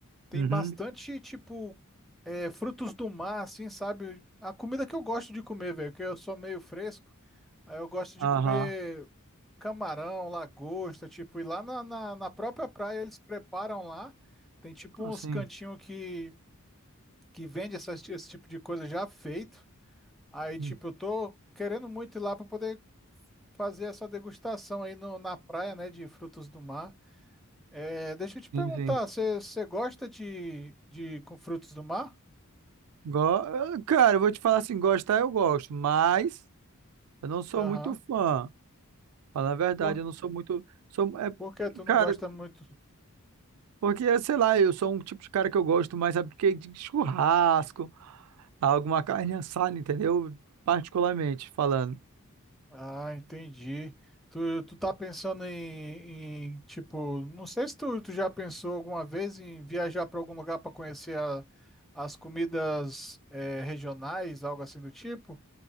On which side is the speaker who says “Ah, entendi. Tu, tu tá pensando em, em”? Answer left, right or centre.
Centre